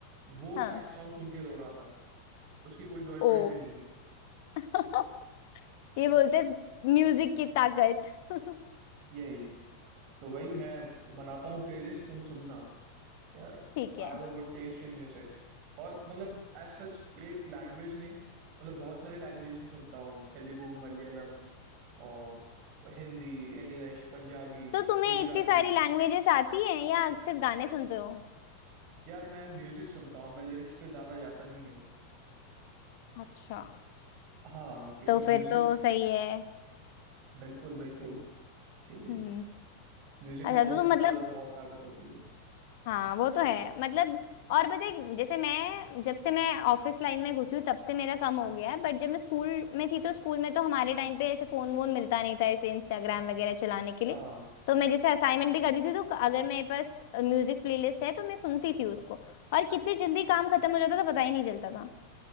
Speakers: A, on the right (about 40°); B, on the left (about 50°).
A: वो
B: हाँ
A: सैड सॉन्ग सुन के रो रहा था उसकी कोई गर्लफ्रेंड
B: ओ
A: भी नहीं है
B: <laughs> ये बोलते म्यूजिक की ताकत <laughs>
A: यही तो वही मैं बनाता हूँ प्लेलिस्ट तुम सुनना यार
B: ठीक है
A: I have a good taste in music और मतलब एज सच एक लैंग्वेज नहीं मतलब बहुत सारी लैंग्वेजेस में सुनता हूँ तेलुगु मलयालम और हिंदी इंग्लिश पंजाबी
B: तो तुम्हें
A: गुजराती
B: इतनी सारी लैंग्वेजेस आती हैं या सिर्फ गाने सुनते हो
A: यार मैं म्यूजिक सुनता हूँ मैं लिरिक्स पे ज्यादा जाता नहीं हूँ
B: अच्छा
A: हाँ क्योंकि
B: तो फिर
A: म्यूजिक
B: तो सही है
A: बिल्कुल बिल्कुल इसीलिए
B: हम्म
A: म्यूजिक
B: अच्छा
A: में जैसे
B: तो तुम
A: तुमने
B: मतलब
A: बोला बहुत ताकत होती है
B: हाँ वो तो है मतलब और पता है कि जैसे मैं जब से मैं ऑफिस लाइन में घुसी हूँ तब से मेरा कम हो गया है बट जब मैं स्कूल में थी तो स्कूल में तो हमारे टाइम पे ऐसे फोन वोन मिलता नहीं था ऐसे इंस्टाग्राम वगैरह चलाने के लिए
A: हाँ
B: तो मैं जैसे असाइनमेंट भी करती थी तो अगर मेरे पास म्यूजिक प्लेलिस्ट है तो मैं सुनती थी उसको और कितनी जल्दी काम खत्म हो जाता था पता ही नहीं चलता था